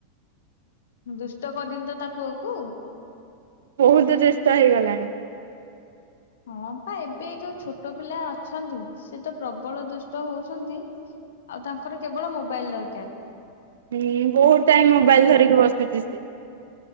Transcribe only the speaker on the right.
ବହୁତ ଦୁଷ୍ଟ ହେଇଗଲାଣି।
ହୁଁ ବହୁତ ଟାଇମ ମୋବାଇଲ ଧରିକି ବସ <inaudible>